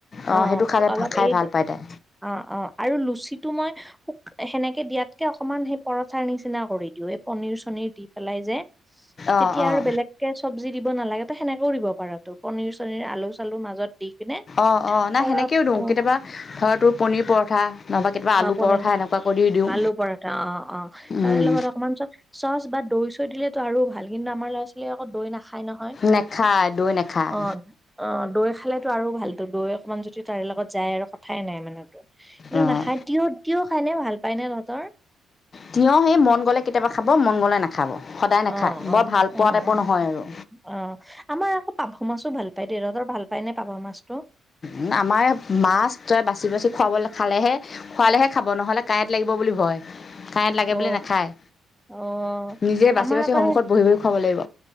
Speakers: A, on the left; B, in the centre.
A: অঁ
B: অ
A: সেইটো খালে
B: অলপ
A: খাই
B: এই
A: ভাল পায় তাই
B: অ অ আৰু লুচিটো মই শোক সেনেকে দিয়াতকে অকমান সেই পৰঠাৰ নিচিনা কৰি দিও এই পনিৰ চনিৰ দি পেলাই যে
A: অঁ
B: তেতিয়া
A: অঁ
B: আৰু বেলেগকে চব্জি দিব নালাগে তো সেনেকেও দিব পাৰ তো পনীৰ চনীৰ আলু চালু মাজত দি পিনে
A: অ অ নাই
B: পৰ
A: সেনেকেও দিওঁ
B: অ
A: কেতিয়াবা ধৰা তো পনিৰ পৰঠা নহবা কেতিয়া আলু
B: অ পনিৰ
A: পৰঠা এনেকুৱা কৰি দিওঁ
B: আলু পৰঠা অ অ
A: উম
B: তাৰ লগত অকমান চচ পৰিচয় দিলেেতো আৰু ভাল কি আমাৰ ল'ৰা ছোৱালীয়ে আকৌ দৈ নাখায় নহয়
A: নেখায় দৈ নেখায়
B: অ অ দৈ খালেতো আৰু ভালতো গৈ অকণমান যদি তাৰে লগত যায় আৰু কথাই নাই মানে কিন্তু
A: অঁ
B: নাখায় টিয় খাইনে ভাল পায় ন তহঁতৰ
A: তিঁয় সেই মন গ'লে কেতিয়াবা খাব মন গ'লে নাখাব সদায় নাখায়
B: আহ
A: বৰ
B: আহ
A: ভাল পোৱা
B: আহ
A: টাইপৰ
B: আহ।
A: নহয় আৰু
B: অ', আমাৰ আকৌ পাভ মাছো ভাল পায় দে তহঁতৰ ভাল পায় নে পাভ মাছটো।
A: উ আমাৰ মাছ তই বাচি বাচি খুৱাবলৈ খালেহে খোৱালেহে খাব নহ'লে কাঁইট লাগিব বুলি ভয়। কাঁইট লাগে
B: অ
A: বোলে নাখায়।
B: অ
A: নিজে বাচি
B: আমাৰ
A: বাচি
B: আকৌ
A: সন্মুখত বহি বহি খুৱাব লাগিব।